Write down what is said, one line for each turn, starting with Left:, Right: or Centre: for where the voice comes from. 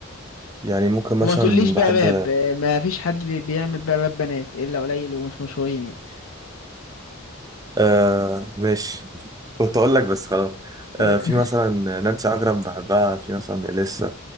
Right: يعني ممكن
Left: وما
Right: مثلا
Left: تقوليش بقى
Right: بحب
Left: باب ما فيش حد بي- بيعمل بقى باب بنات الا قليل ومش مشهورين يعني
Right: آه ماشي كنت اقول لك بس خلاص
Left: <laughs>
Right: آه في مثلا نانسي عجرم بحبها في مثلا اليسا